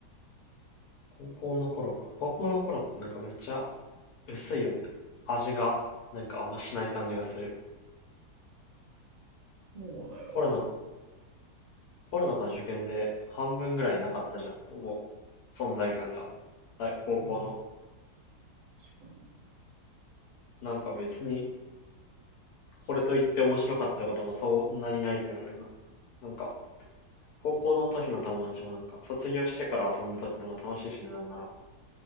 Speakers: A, on the left; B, on the right.
A: 高校の頃か。高校の頃ってなんかめっちゃ薄いよね。味が、なんかあんましない感じがする。
B: そうだよね。
A: コロナ、コロナと受験で半分ぐらいなかったじゃん、ほぼ。存在感が。だ高校の。
B: うん、確かに。
A: なんか別に、これといって面白かったこともそんなにない気がするな。なんか、高校の時の友達もなんか、卒業してから遊んだ時の方が楽しいしね、なんなら。